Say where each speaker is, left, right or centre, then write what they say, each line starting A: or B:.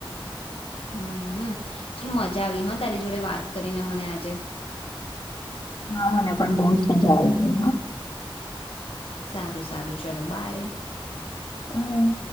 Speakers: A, on the left; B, on the left.
A: હમ ચલ મજા આવી હ તારી જોડે વાત કરીને મને આજે
B: ના મને પણ બહંચં મજા આવી ગઈ હા
A: સારું સારું ચલો બાય
B: હમ.